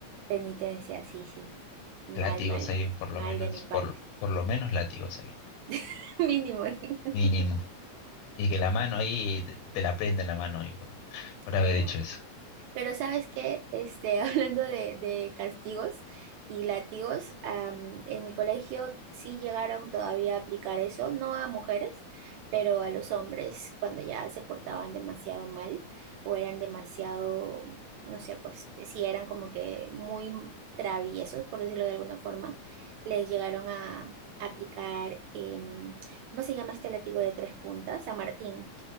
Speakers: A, on the right; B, on the left.
A: penitencia, sí, sí. Mal,
B: látigos
A: mal,
B: hay por
A: mal
B: lo menos,
A: de mi parte.
B: por, por lo menos látigos hay,
A: <laughs> Mínimo. <laughs>
B: mínimo. Y que la mano ahí, te, te la prenda la mano ahí por, por
A: Ay,
B: haber
A: no.
B: hecho eso.
A: Pero ¿sabes qué? Este, <laughs> hablando de, de castigos y látigos, am, en mi colegio sí llegaron todavía a aplicar eso, no a mujeres, pero a los hombres cuando ya se portaban demasiado mal o eran demasiado, no sé, pues si eran como que muy traviesos, por decirlo de alguna forma, les llegaron a aplicar, em, ¿cómo se llama este látigo de tres puntas? San Martín